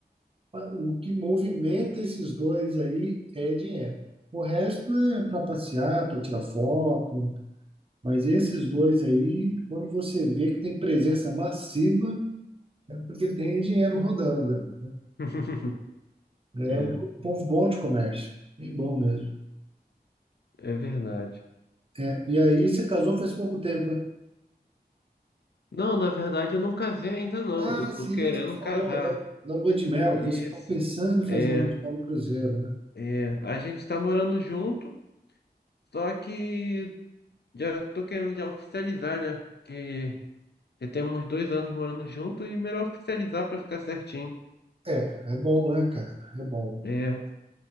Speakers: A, on the right; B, on the left.
A: O que movimenta esses dois aí é dinheiro. O resto é para passear, para tirar foto, mas esses dois aí, quando você vê que tem presença massiva, é porque tem dinheiro rodando ali, né?
B: <laughs>
A: É
B: É,
A: um po- povo bom de comércio, bem bom mesmo.
B: é verdade.
A: É, e aí você casou faz pouco tempo, né?
B: Não, na verdade eu não casei ainda não.
A: Ah,
B: Eu tô
A: sim,
B: querendo
A: você falou
B: casar.
A: da, da lua de mel,
B: Isso.
A: que vocês estão pensando em fazer
B: É,
A: a lua de mel no cruzeiro, né?
B: é. A gente tá morando junto, só que já tô querendo já oficializar, né? Que já temos dois anos morando junto e melhor oficializar pra ficar certinho.
A: É, é bom, né, cara? É bom.
B: É,